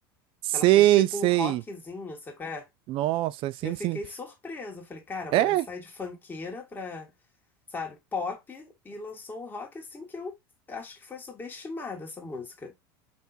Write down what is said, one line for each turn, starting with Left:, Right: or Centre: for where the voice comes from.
Right: Sei,
Left: que ela fez tipo
Right: sei.
Left: um rockzinho, sabe qual é?
Right: Nossa, sim,
Left: Eu fiquei
Right: sim.
Left: surpresa, eu falei, cara, a mulher
Right: É,
Left: sai de funkeira pra, sabe, pop e lançou um rock assim que eu acho que foi subestimada essa música.